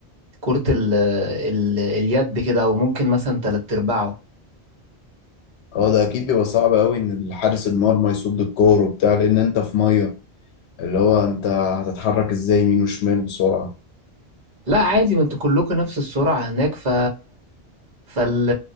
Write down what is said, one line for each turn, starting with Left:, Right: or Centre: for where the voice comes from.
Right: كرة ال آه، ال آه، اليد كده او ممكن مثلا تلات ارباعه
Left: اه ده اكيد بيبقى صعب قوي ان الحارس المرمى يصد الكورة وبتاع لان انت في مية اللي هو انت هتتحرك ازاي يمين وشمال بسرعة
Right: لا عادي ما انتوا كلكم نفس السرعه هناك ف فال